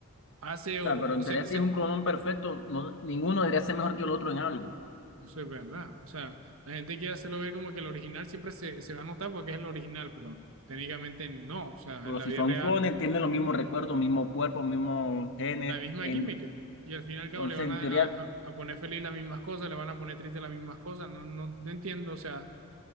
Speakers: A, on the right (about 70°); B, on the left (about 60°).
A: hace o,
B: sea,
A: o
B: pero en
A: se,
B: teoría si
A: se-
B: es un clonón perfecto, no, ninguno debería ser mejor que el otro en algo.
A: Eso es verdad. O sea, la gente que hace lo ve como que el original siempre se, se va a notar porque es el original, pero técnicamente no. O sea,
B: Pero
A: en la
B: si
A: vida
B: son
A: real,
B: clones, tienen los mismos recuerdos, mismo cuerpo, mismos genes.
A: la misma
B: en-
A: química. Y al fin y al
B: entonces,
A: cabo le van
B: en
A: a,
B: teoría,
A: a- a poner feliz las mismas cosas, le van a poner triste las mismas cosas. No, no, no entiendo. O sea,